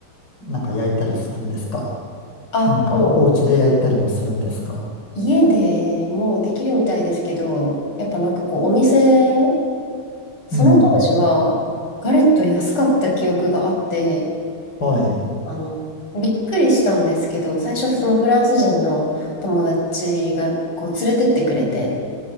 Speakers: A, on the left (about 55°); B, on the left (about 90°).
A: なんか焼いたりするんですか
B: あ、
A: なんかお、
B: もう、
A: お家で焼いたりもするんですか
B: 家でもうできるみたいですけど、やっぱなんかこう、お店、その当時は、
A: うん。
B: ガレット安かった記憶があって、
A: はい。
B: あの、びっくりしたんですけど、最初そのフランス人の友達がこう連れてってくれて、